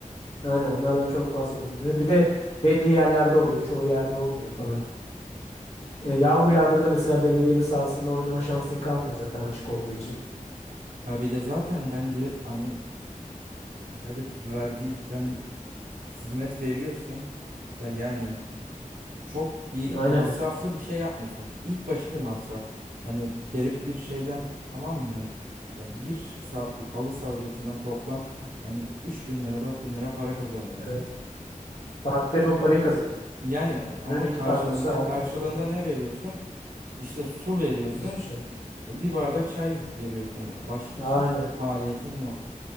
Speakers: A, on the left; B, on the right.
A: Aynen onlardan çok fazla olmuyor. Bir de belli yerlerde oluyor. Çoğu yerde olmuyor
B: Hı
A: falan.
B: hı.
A: E, yağmur yağdığında mesela belediyenin sahasında oynama şansın kalmıyor zaten açık olduğu için.
B: Ya bir de zaten bence hani evet verdiği yani hizmet veriyorsun da yani çok bir
A: Aynen.
B: masraflı bir şey yapmıyorsun. İlk başı bir masraf. Hani gelip bir şeyden tamam mı? e, Bir saatlik halı saha ücretinden toplam hani 3000 lira 4000 lira para kazanıyorsun.
A: Evet. Saatte bu parayı kazanıyorsun.
B: Yani ama
A: iki
B: karşılığında
A: tane olsa altı
B: karşılığında
A: bin lira kazan.
B: ne veriyorsun? İşte su veriyorsun,
A: Hiçbir şey.
B: bir bardak çay veriyorsun. Başka
A: Aynen.
B: hiçbir maliyetin yok.